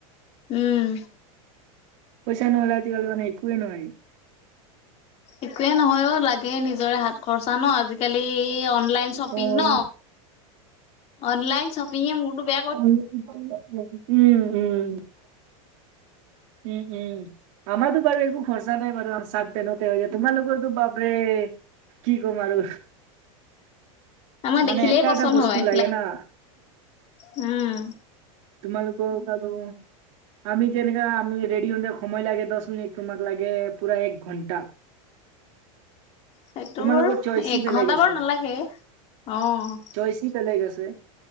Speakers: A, on the left; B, on the right.
A: উম।
B: পইছা, নহলে আজি কালি মানে একোৱেই নোৱাৰি।
A: একোৱে নহয় অ লাগে নিজৰে হাত খৰচা ন আজিকালি, অন লাইন শ্বপিং
B: উম,
A: ন, অনলাইন শ্বপিং মোৰটো বে
B: উম উম উম উম আমাৰতো বাৰু একো খৰচা নাই, বাৰু আ চাত পেনতে হৈ যায় তোমাৰালোকৰ তো বাপাৰে। কি কম আৰু।
A: আমাক দেখিলেই
B: মানে এটা
A: পচন্দ
B: এটা বস্তু
A: হয়
B: লাগে না
A: উম।
B: তোমালোক কাবাৰ আমি যেনেকা আমি ৰেডি হওঁতে সময় লাগে দহ মিনিট, তোমাক লাগে পুৰা এক ঘণ্টা।
A: সেইটো
B: তোমালোকৰ
A: বাৰু
B: চইচি
A: এক
B: বেলেগ
A: ঘন্টা
B: আছে
A: বাৰু নালাগে অঁ।
B: চইচি পেলায় গৈছে